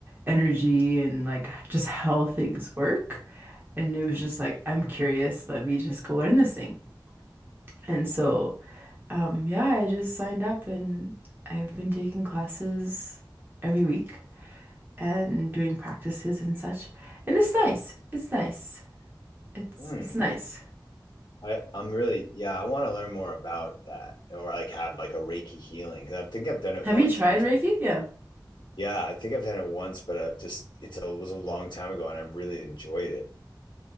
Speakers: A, on the right; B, on the left.
A: energy and like just how things work. And it was
B: Mm,
A: just like, I'm curious, let me just go learn this thing. And so, um, yeah, I just signed up and I've been taking classes every week and doing practices and such. And it's nice. It's nice. It's
B: mm.
A: it's nice.
B: I, I'm really, yeah, I want to learn more about that or like have like a Reiki healing. Because I think I've done it
A: Have
B: once
A: you tried
B: and I just,
A: Reiki? Yeah.
B: yeah, I think I've done it once, but I've just, it's a, it was a long time ago and I really enjoyed it.